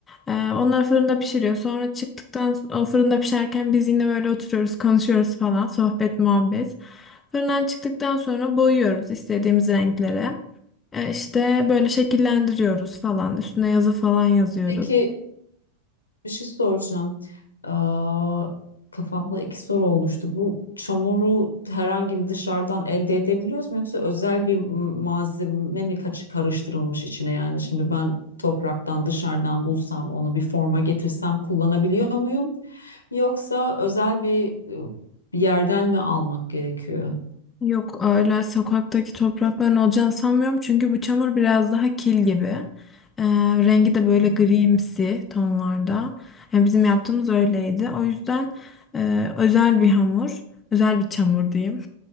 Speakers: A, on the left; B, on the left.
A: Ee, onlar fırında pişiriyor. Sonra çıktıktan o fırında pişerken biz yine böyle oturuyoruz, konuşuyoruz falan. Sohbet, muhabbet. Fırından çıktıktan sonra boyuyoruz istediğimiz renklere. Ee, işte böyle şekillendiriyoruz falan. Üstüne yazı falan yazıyoruz.
B: Peki Bir şey soracağım. Aa, kafamda iki soru oluştu. Bu çamuru herhangi bir dışarıdan elde edebiliyoruz mu yoksa özel bir malzeme mi kaçı karıştırılmış içine yani şimdi ben topraktan dışarıdan bulsam onu bir forma getirsem kullanabiliyor muyum? Yoksa özel bir, e, bir yerden mi almak gerekiyor?
A: Yok öyle sokaktaki toprakların olacağını sanmıyorum. Çünkü bu çamur biraz daha kil gibi. Ee, rengi de böyle
B: Hmm.
A: grimsi tonlarda. Yani bizim yaptığımız öyleydi. O yüzden e, özel bir hamur, özel bir çamur diyeyim.